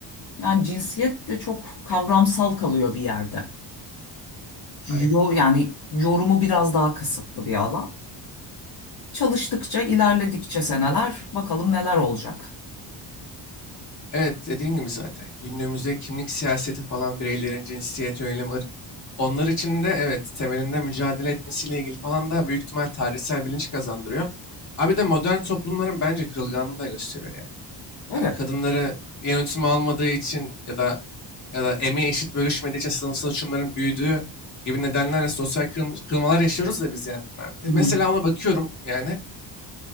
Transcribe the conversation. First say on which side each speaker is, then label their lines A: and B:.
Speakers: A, on the left (about 60°); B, on the left (about 40°).
A: Yani cinsiyet de çok kavramsal kalıyor bir yerde. Yo,
B: Aynen.
A: yani yorumu biraz daha kısıtlı bir alan. Çalıştıkça, ilerledikçe seneler bakalım neler olacak.
B: Evet, dediğin gibi zaten. Günümüzde kimlik siyaseti falan bireylerin cinsiyet, yönelim, ırk. Onlar için de evet temelinde mücadele etmesiyle ilgili falan da büyük ihtimal tarihsel bilinç kazandırıyor. Abi de modern toplumların bence kırılganlığını da gösteriyor yani.
A: Evet.
B: Ha, Kadınları yönetime almadığı için ya da ya da emeği eşit bölüşmediği için sınıfsal uçurumların büyüdüğü gibi nedenlerle sosyal kırım- kırılmalar yaşıyoruz da biz yani. abi.
A: Hı hı.
B: Mesela ona bakıyorum yani.